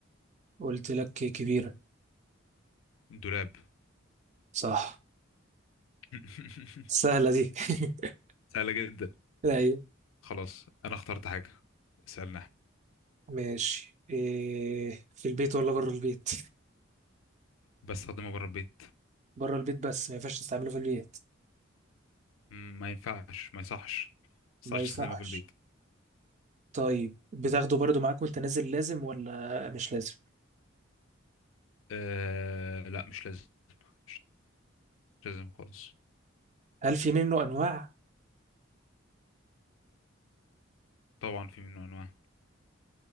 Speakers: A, on the right; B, on the left.
A: قلت لك كبيره
B: دولاب
A: صح
B: <laughs>
A: سهله دي <laughs>
B: سهلة جدا
A: ايوه
B: خلاص أنا اخترت حاجة اسألنا احنا
A: ماشي إيه في البيت ولا بره البيت
B: بستخدمها بره البيت
A: بره البيت بس ما ينفعش تستعمله في البيت
B: مم، ما ينفعش ما يصحش ما يصحش
A: ما يصحش
B: تستخدمها في البيت
A: طيب بتاخده برضو معاك وانت نازل لازم ولا مش لازم
B: أه لا مش لازم مش لازم خالص
A: هل في منه انواع
B: طبعا في منه أنواع